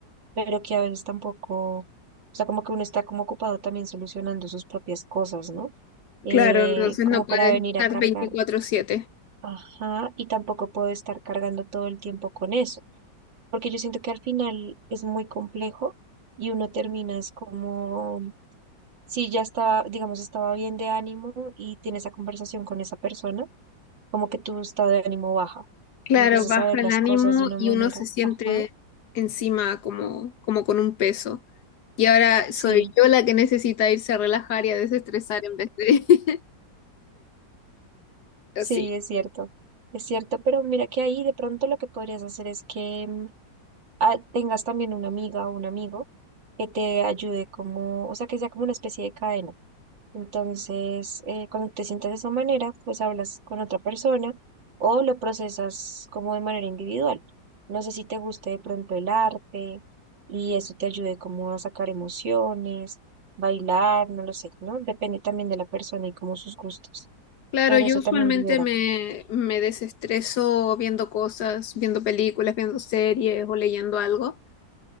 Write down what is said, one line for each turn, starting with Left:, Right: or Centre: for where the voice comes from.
Right: pero que a veces tampoco, o sea, como que uno está como ocupado también solucionando sus propias cosas, ¿no? Eh,
Left: claro, entonces
Right: como
Left: no
Right: para
Left: puedes
Right: venir
Left: estar
Right: a cargar,
Left: 24/7.
Right: ajá, y tampoco puedo estar cargando todo el tiempo con eso, porque yo siento que al final es muy complejo y uno termina es como, si ya estaba, digamos, estaba bien de ánimo y tiene esa conversación con esa persona, como que tu estado de ánimo baja
Left: Claro,
Right: y empiezas
Left: baja
Right: a ver
Left: el
Right: las
Left: ánimo
Right: cosas de una
Left: y
Right: manera,
Left: uno se siente
Right: ajá,
Left: encima como, como con un peso. Y ahora
Right: sí.
Left: soy yo la que necesita irse a relajar y a desestresar en vez de... <laughs> Pero
Right: Sí,
Left: Sí.
Right: es cierto, es cierto, pero mira que ahí de pronto lo que podrías hacer es que mm, ah, tengas también una amiga o un amigo que te ayude como, o sea, que sea como una especie de cadena. Entonces, eh, cuando te sientas de esa manera, pues hablas con otra persona o lo procesas como de manera individual. No sé si te guste de pronto el arte y eso te ayude como a sacar emociones, bailar, no lo sé, ¿no? Depende también de la persona y como sus gustos,
Left: Claro,
Right: pero
Left: yo
Right: eso
Left: usualmente
Right: también libera.
Left: me, me desestreso viendo cosas, viendo películas, viendo series o leyendo algo.